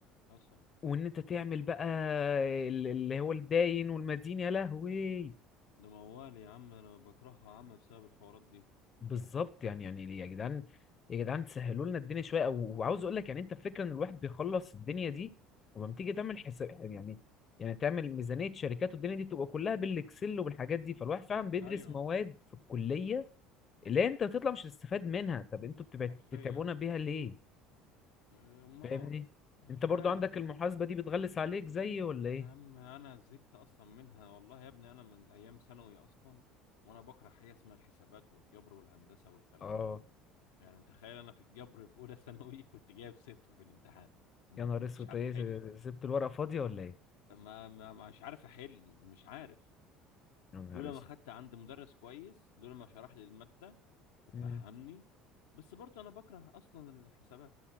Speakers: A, on the left (about 80°); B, on the left (about 40°).
A: أصلا
B: وان انت تعمل بقى ال- اللي هو الداين والمدين يا لهوي
A: ده موال يا عم أنا بكرهها يا عم بسبب الحوارات دي
B: بالظبط يعني يعني يا جدعان يا جدعان تسهلوا لنا الدنيا شويه أو- وعاوز اقول لك يعني انت الفكره ان الواحد بيخلص الدنيا دي ولما تيجي تعمل حساب يعني يعني تعمل ميزانيه شركات والدنيا دي تبقى كلها بالاكسل وبالحاجات دي فالواحد فعلا بيدرس
A: أيوة
B: مواد في الكليه اللي انت بتطلع مش هتستفاد منها طب انتوا بتبع-
A: حرفيا
B: بتتعبونا بيها ليه
A: آه، مرار
B: فاهمني
A: مش
B: انت برضو
A: عارف
B: عندك
A: يعني
B: المحاسبه دي بتغلس عليك زي ولا
A: يا
B: ايه
A: عم أنا زهقت أصلا منها والله يا ابني أنا من أيام ثانوي أصلا وأنا بكره حاجة اسمها الحسابات والجبر والهندسة والكلام
B: اه
A: ده يعني تخيل أنا في الجبر في أولى ثانوي <laughs> كنت جايب صفر في الامتحان م-
B: يا نهار اسود
A: مش عارف
B: ايه
A: أحل
B: سبت الورقه فاضيه ولا ايه
A: ما ما- مش عارف أحل مش عارف
B: يا نهار
A: لولا
B: اسود
A: ما خدت عند مدرس كويس لولا ما شرح لي المادة وفهمني
B: مم.
A: بس برضه انا بكره اصلا الحسابات